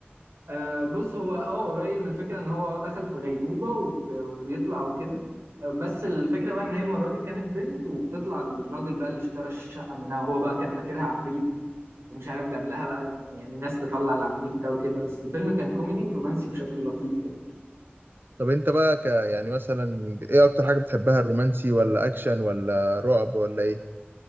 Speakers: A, on the right (about 80°); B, on the right (about 55°).
A: آه بص هو اه قريب من الفكره ان هو اه دخل في غيبوبه وب- وبيطلع وكده آه بس الفكره بقى ان هي المره دي كانت بنت وبتطلع الراجل بقى اللي اشترى الشقه منها وهو بقى كان فاكرها عفريت ومش عارف جاب لها بقى يعني ناس تطلع العفريت ده وكده بس الفيلم كان كوميدي ورومانسي بشكل لطيف كده
B: طب انت بقى ك يعني مثلا ايه اكتر حاجة بتحبها الرومانسي ولا اكشن ولا رعب ولا ايه